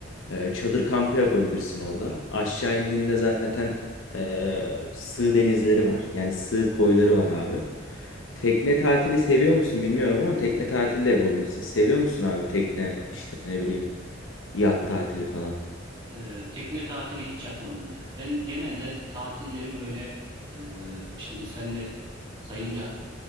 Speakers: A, on the left; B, on the right.
A: Ee, çadır kampı yapabilirsin orada. Aşağı indiğinde zaten ee, sığ denizleri var. Yani sığ koyları var abi. Tekne tatili seviyor musun bilmiyorum ama tekne tatili de yapabilirsin. Seviyor musun abi tekne işte ne bileyim yat tatili falan?
B: Ee, tekne tatili hiç yapmadım ya. Ben genelde tatilleri böyle e, şimdi sen de sayınca